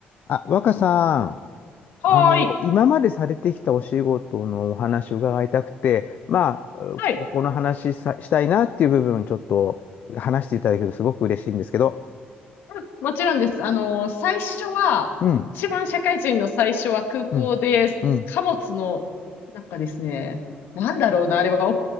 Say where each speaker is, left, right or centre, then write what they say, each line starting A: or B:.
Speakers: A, on the left; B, on the left.
A: あ、若さん、
B: はーい。
A: あの、今までされてきたお仕事のお話を伺いたくて、まあ、うここの話さ、
B: はい。
A: したいなっていう部分、ちょっと話していただけるとすごく嬉しいんですけど。
B: うんもちろんです。あのー、最初は、
A: うん、
B: 一番社会人の最初は空港で、
A: うん、うん。
B: 貨物の、なんかですね、なんだろうな、あれは、お